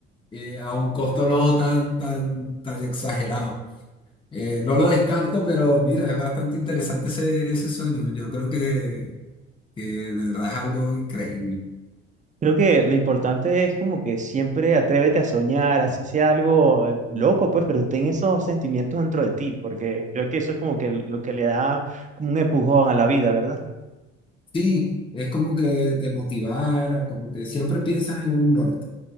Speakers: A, on the left; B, on the right.
A: eh, a un costo no tan, tan, tan exagerado. Eh, no lo descarto, pero mira, es bastante interesante ese, ese sueño. Yo creo que, que de verdad es algo increíble.
B: Creo que lo importante es como que siempre atrévete a soñar, así sea algo eh, loco, pues, pero ten esos sentimientos dentro de ti, porque creo que eso es como que lo que le da como un empujón a la vida, ¿verdad?
A: Sí, es como que te motivara, como que siempre piensas en un norte.